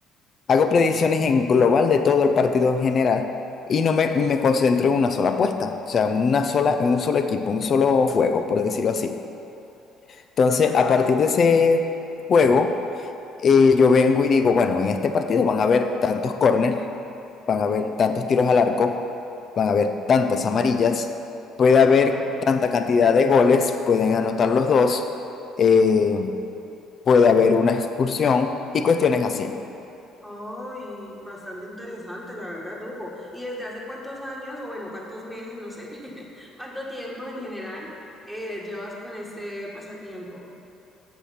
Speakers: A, on the left (about 50°); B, in the centre.
A: hago predicciones en global de todo el partido en general y no me, y me concentro en una sola apuesta, o sea, en una sola, en un solo equipo, un solo juego, por decirlo así. Entonces,
B: Ah,
A: a partir de ese juego, y yo vengo y digo, bueno, en este partido van a haber tantos córneres, van a haber tantos tiros al arco, van a haber tantas amarillas, puede
B: ajá.
A: haber tanta cantidad de goles, pueden anotar los dos, eh, puede haber una expulsión y cuestiones así.
B: Oh, bastante interesante, la verdad, Hugo. ¿Y desde hace cuántos años, o bueno, cuántos meses, no sé, <laughs> cuánto tiempo en general eh, llevas con este pasatiempo?